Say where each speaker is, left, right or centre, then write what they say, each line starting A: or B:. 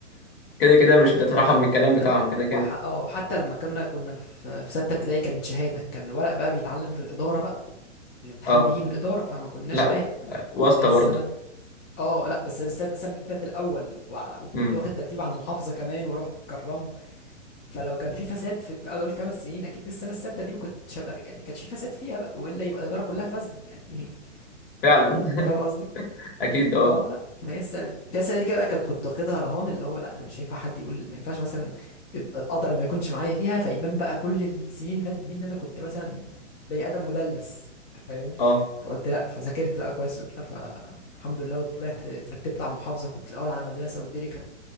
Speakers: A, on the left; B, on the left.
A: كده كده مش هتترحم
B: فلا
A: من الكلام بتاعهم
B: لا
A: كده كده
B: وح... اه وحتى لما كنا كنا في في سته ابتدائي كانت شهاده كان الورق بقى بيتعلم في الاداره بقى الامتحان
A: اه
B: بيجي من الاداره فما كناش
A: لا
B: عارف انا الحمد
A: واسطة
B: لله السنه
A: برضه
B: اه لا بس انا السنه السنة دي طلعت الاول وع- وكنت
A: امم
B: واخد ترتيب على المحافظه كمان ورحت كرمت فلو كان في فساد في, في اول خمس سنين اكيد السنه السادسه دي ما كنتش هبقى في يعني ما كانش في فساد فيها بقى والا يبقى الاداره كلها فاسده يعني
A: فعلا
B: <laughs> انت فاهم
A: <laughs>
B: قصدي
A: اكيد اه
B: اه لا هي السنه دي هي السنه دي كده كنت كنت واخدها رهان اللي هو لا انا مش هينفع حد يقول ما ينفعش مثلا ال- القدر ما يكونش معايا فيها فيبان بقى كل السنين اللي فاتت دي ان انا كنت مثلا بني ادم مدلس أنت فاهمني
A: اه
B: فقلت لا فذاكرت بقى كويس وبتاع فالحمد لله وطلعت اترتبت على المحافظه كنت الاول على المدرسه والدنيا كانت